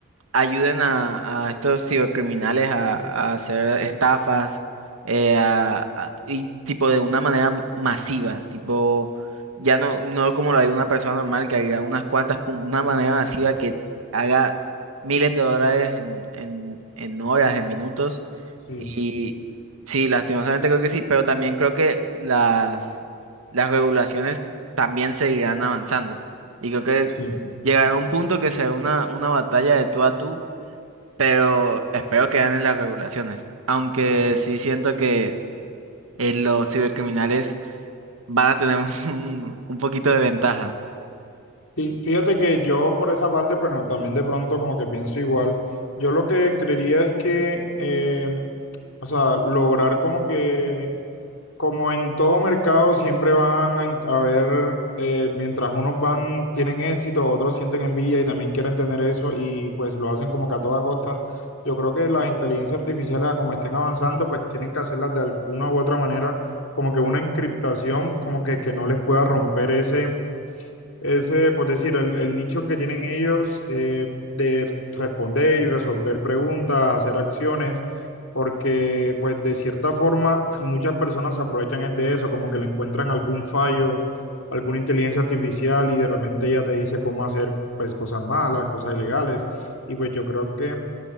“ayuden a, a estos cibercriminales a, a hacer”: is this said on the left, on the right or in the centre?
Right